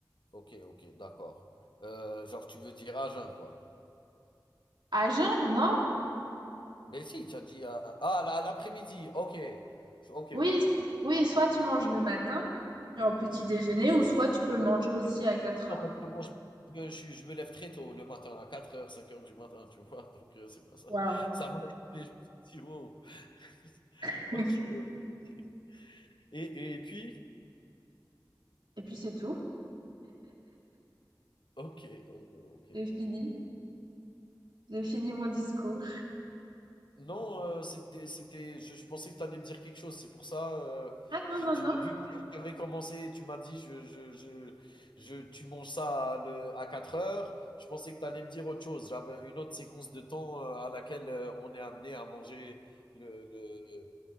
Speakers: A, on the left; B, on the right.
A: ok, ok, d'accord. Euh, genre, tu veux dire à jeun, quoi.
B: À jeun, non?
A: Ben si, tu as dit à... Ah, là, l'après-midi, ok. Je- Ok,
B: Oui,
A: ok,
B: s-
A: ok.
B: oui, soit tu manges le matin, genre au petit déjeuner, ou soit tu peux le manger
A: ok.
B: aussi à 4
A: Non,
B: heures.
A: parce que moi, je me, je suis- je me lève très tôt le matin, à quatre heures cinq heures du matin, tu vois. <laughs> Donc, euh, c'est pour ça.
B: Waouh.
A: Ça m'a étonné, je me suis dit, wow. <laughs>
B: <laughs>
A: Ok, ok, ok. Et, et puis,
B: Et puis c'est tout.
A: ok, ok, ok.
B: J'ai fini. J'ai fini mon discours.
A: Non, euh, c'était, c'était, je, je pensais que tu allais me dire quelque chose. C'est pour ça, euh,
B: Ah non,
A: je-
B: non,
A: tu-
B: non.
A: vu que tu avais commencé, tu m'as dit, je, je, je, je- tu manges ça à, le- à 4 heures. Je pensais que tu allais me dire autre chose. J'avais une autre séquence de temps euh, à laquelle euh, on est amené à manger le, le,